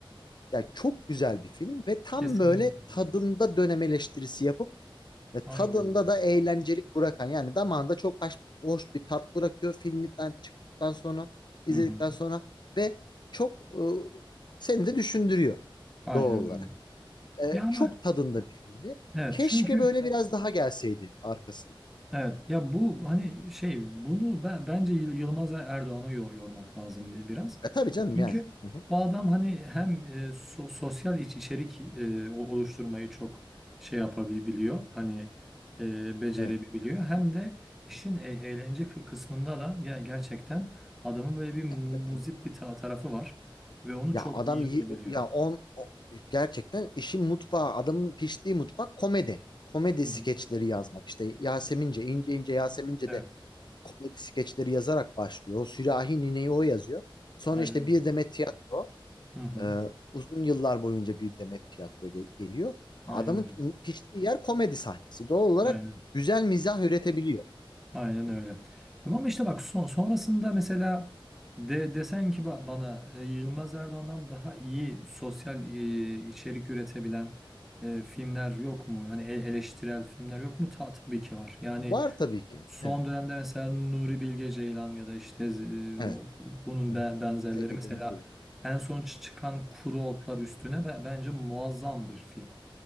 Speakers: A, on the left; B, in the centre.
A: Yani çok güzel bir film ve tam
B: Kesinlikle.
A: böyle tadında dönem eleştirisi yapıp e, tadında
B: Aynen öyle.
A: da eğlencelik bırakan yani damağında çok hoş, hoş bir tat bırakıyor filmden çıktıktan sonra izledikten
B: Hı hı.
A: sonra ve çok e, seni de düşündürüyor
B: Aynen
A: doğal olarak.
B: öyle.
A: E,
B: Ya ama
A: çok tadında bir filmdi.
B: evet
A: Keşke
B: çünkü
A: böyle biraz daha gelseydi arkasında.
B: evet ya bu hani şey bunu ben, bence Yıl- Yılmaz Erdoğan'a yo- yormak lazım bi- biraz.
A: E tabii canım
B: Çünkü
A: yani. Hı hı.
B: o adam hani hem e, so- sosyal iç içerik e, o- oluşturmayı çok şey yapabiliyor. Hani e, becerebiliyor.
A: Evet.
B: Hem de işin e- eğlence kı- kısmında da ya gerçekten adamın böyle bir mu-
A: Ya, tabii
B: muzip
A: tabii.
B: bir ta- tarafı var ve onu
A: Ya
B: çok
A: adam
B: iyi yapabiliyor.
A: iyi ya on o- gerçekten işin mutfağı adamın piştiği mutfak komedi. Komedi
B: Hı
A: skeçleri
B: hı.
A: yazmak işte Yasemince ince ince Yasemince
B: Evet.
A: de komedi skeçleri yazarak başlıyor. O sürahi nineyi o yazıyor. Sonra
B: Aynen
A: işte
B: öyle.
A: bir demet tiyatro.
B: Hı hı.
A: Ee, uzun yıllar boyunca bir demet tiyatro ge- geliyor. Adamın
B: Aynen öyle.
A: piştiği yer komedi sahnesi. Doğal olarak
B: Aynen.
A: güzel mizah üretebiliyor.
B: Aynen öyle. Ama işte bak son- sonrasında mesela de desen ki ba- bana e, Yılmaz Erdoğan'dan daha iyi sosyal e, içerik üretebilen e, filmler yok mu? Hani e- eleştirel filmler yok mu? Ta, tabii ki var. Yani
A: Var tabii ki.
B: son
A: Evet.
B: dönemde mesela Nuri Bilge Ceylan ya da işte e,
A: Evet.
B: o- bunun
A: Hı
B: be-
A: hı.
B: benzerleri
A: Zeki
B: mesela
A: Demirkubuz.
B: en son çı- çıkan Kuru Otlar Üstüne be- bence muazzam bir film.